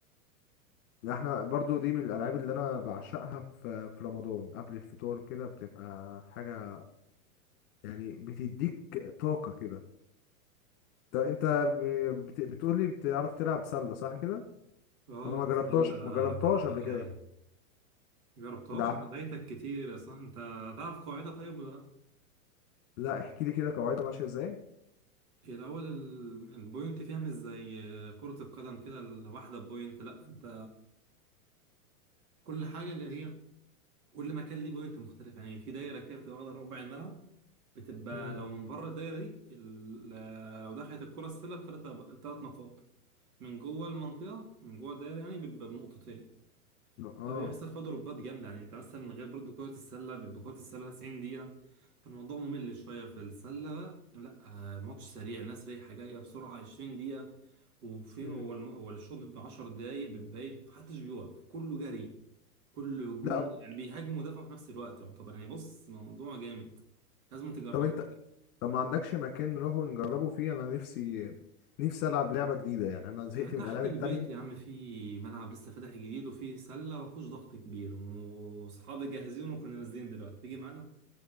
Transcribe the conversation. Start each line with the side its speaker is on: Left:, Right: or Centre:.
Left: يعني احنا برضو دي من الالعاب اللي انا بعشقها في في رمضان قبل الفطار كده بتبقى حاجه يعني بتديك طاقه كده طب انت ب- بت- بتقولي بتعرف تلعب سله صح كده
Right: اه
Left: انا ما
Right: السلة
Left: جربتهاش اه ما جربتهاش
Right: حكاية
Left: قبل كده <laughs>
Right: مجربتهاش
Left: ده
Right: انت
Left: لا
Right: فايتك كتير اصلا انت تعرف قواعدها طيب ولا لا
Left: لا احكي لي كده قواعدها ماشيه ازاي
Right: هي الاول ال- البوينت فيها مش زي كرة القدم كده الواحدة بوينت لا انت كل حاجة اللي هي كل مكان ليه بوينت مختلف يعني في دايرة كده بتبقى واخدة ربع الملعب بتبقى
Left: مم.
Right: لو من بره الدايرة دي ال- لو دخلت الكرة السلة بتلاتة بتلات نقاط من جوه المنطقة من جوه الدايرة يعني بيبقى بنقطتين
Left: اه
Right: فبيحصل فيه ضربات جامدة يعني انت مثلا من غير برضو كرة السلة بيبقى كرة السلة 90 دقيقة فالموضوع ممل شوية في السلة بقى لا آه، ماتش سريع ناس رايحة جاية بسرعة 20 دقيقة وفي
Left: مم.
Right: والم- والشوط بيبقى 10 دقايق بتبقى محدش بيوقف كله جري كله هجوم
Left: لا
Right: يعني بيهاجموا ودافعوا في نفس الوقت يعتبر يعني بص موضوع جامد لازم تجربه
Left: طب انت <laughs> طب ما عندكش مكان نروحوا نجربه فيه انا نفسي نفسي العب لعبه جديده يعني انا زهقت
Right: آه، تحت
Left: من الالعاب
Right: البيت
Left: التانية
Right: يا عم في ملعب لسه فاتح جديد وفي سلة مفيهوش ضغط كبير واصحابي جاهزين وكنا نازلين دلوقتي تيجي معانا